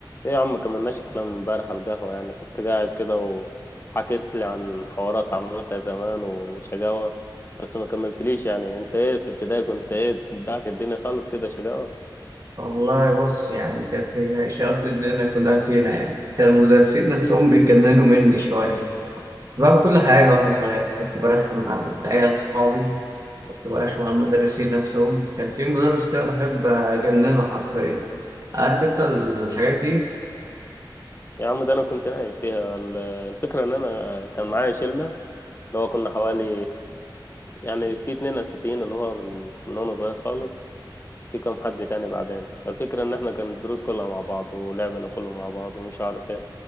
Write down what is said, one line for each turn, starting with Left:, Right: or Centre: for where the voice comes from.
Left: ايه يا عم كملناش الكلام امبارح على القهوة يعني كنت قاعد كده وحكيت لي عن حوارات عملتها زمان وشقاوة بس ما كملتليش يعني انت ايه في ابتدائي كنت ايه داك الدنيا خالص كده شقاوة
Right: والله بص يعني كانت هي شقة الدنيا كلها فينا يعني كان المدرسين نفسهم بيتجننوا مني شوية كنت بعمل كل حاجة وأنا صغير كنت برخم على العيال صحابي كنت برخم على المدرسين نفسهم كان في مدرس كده بحب أجننه حرفيا عارف أنت الحاجات دي
Left: يا عم ده انا كنت نايم فيها ال- الفكرة ان انا كان معايا شلة اللي هو كنا حوالي يعني في اتنين اساسيين اللي هو من من وانا صغير خالص في كام حد تاني بعدين فالفكرة ان احنا كان الدروس كلها مع بعض ولعبنا كله مع بعض ومش عارف ايه